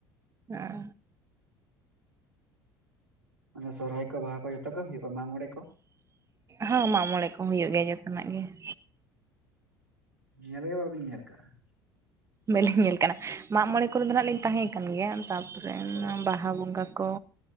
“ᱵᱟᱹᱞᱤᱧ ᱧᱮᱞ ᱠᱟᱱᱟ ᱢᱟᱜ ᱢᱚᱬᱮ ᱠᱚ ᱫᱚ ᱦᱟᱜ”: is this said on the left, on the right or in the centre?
Right